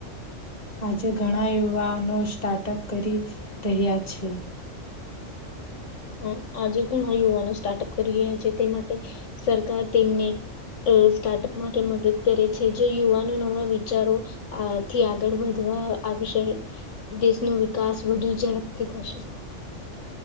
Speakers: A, on the left; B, on the left.
A: આજે ઘણા યુવાનો સ્ટાર્ટઅપ કરી રહ્યા છે.
B: હ, આજે ઘણા યુવાનો સ્ટાર્ટઅપ કરી રહ્યા છે. તે માટે સરકાર તેમને સ્ટાર્ટઅપ માટે મદદ કરે છે. જે યુવાનો નવા વિચારોથી આગળ વધવા આવશે, દેશનો વિકાસ વધુ ઝડપથી થશે.